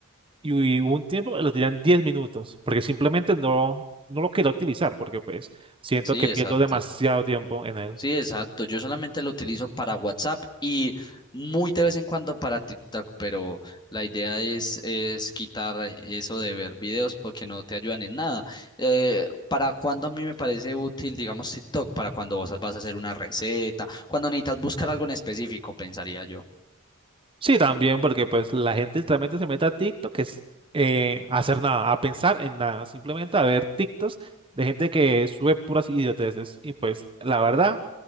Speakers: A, on the right; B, on the left.
A: y hubo un tiempo que lo tenían 10 minutos, porque simplemente no, no lo quería utilizar, porque pues siento
B: Sí,
A: que pierdo
B: exacto.
A: demasiado tiempo en él.
B: Sí, exacto. Yo solamente lo utilizo para WhatsApp y muy de vez en cuando para TikTok, pero la idea es, es quitar eso de ver videos porque no te ayudan en nada. Eh, ¿para cuando a mí me parece útil, digamos, TikTok? Para cuando vos vas a hacer una receta, cuando necesitas buscar algo en específico, pensaría yo.
A: Sí, también porque pues la gente literalmente se mete a TikTok, que es eh, a hacer nada, a pensar en nada, simplemente a ver TikToks de gente que sube puras idioteces. Y pues la verdad,